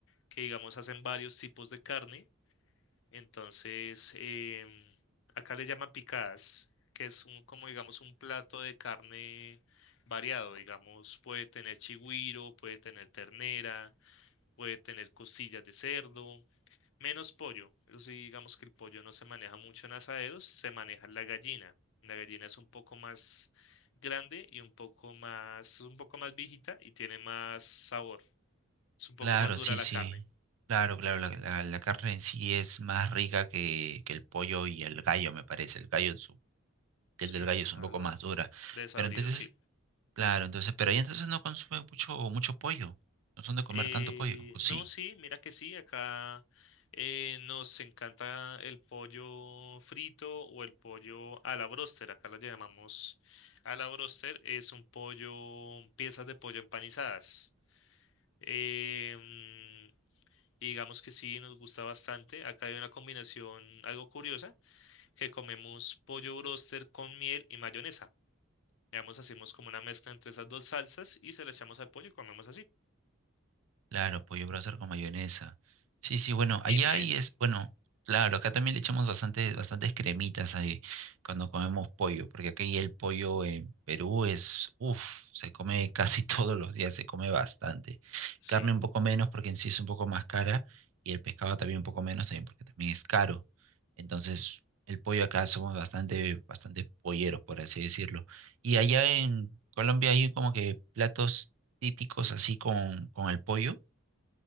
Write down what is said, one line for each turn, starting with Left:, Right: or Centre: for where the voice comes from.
Left: que digamos hacen varios tipos de carne, entonces em, acá le llaman picadas, que es un, como digamos un plato de carne variado, digamos, puede tener chigüiro, puede tener ternera, puede tener costillas de cerdo. Menos pollo. Eso sí, digamos que el pollo no se maneja mucho en asaderos, se maneja la gallina. La gallina es un poco más grande y un poco más, un poco más viejita y tiene más sabor. Es un poco
Right: Claro,
Left: más dura
Right: sí,
Left: la
Right: sí.
Left: carne.
Right: Claro, claro, la, la- la carne en sí es más rica que, que el pollo y el gallo, me parece. El gallo, es un- el
Left: Sí,
Right: del gallo es un
Left: algo
Right: poco más dura.
Left: desabrido,
Right: Pero entonces,
Left: sí.
Right: claro, entonces, pero ahí entonces no consumen mucho, mucho pollo. No son de comer
Left: Eh,
Right: tanto pollo, ¿o sí?
Left: no, sí, mira que sí, acá eh, nos encanta el pollo frito o el pollo a la bróster. Acá lo llamamos a la bróster, es un pollo, piezas de pollo empanizadas. Em, y digamos que sí, nos gusta bastante. Acá hay una combinación algo curiosa, que comemos pollo broster con miel y mayonesa. Digamos, hacemos como una mezcla entre esas dos salsas y se la echamos al pollo y comemos así.
Right: Claro, pollo brasar con mayonesa. Sí, sí, bueno, allá
Left: Y miel,
Right: ahí es, bueno, claro, acá también le echamos bastante, bastantes cremitas ahí cuando comemos pollo, porque aquí el pollo en Perú es, uff, se come casi <laughs> todos los días, se come bastante.
Left: sí.
Right: Carne un poco menos porque en sí es un poco más cara y el pescado también un poco menos también porque también es caro. Entonces, el pollo acá somos bastante, bastante polleros, por así decirlo. Y allá en Colombia hay como que platos típicos así con, con el pollo.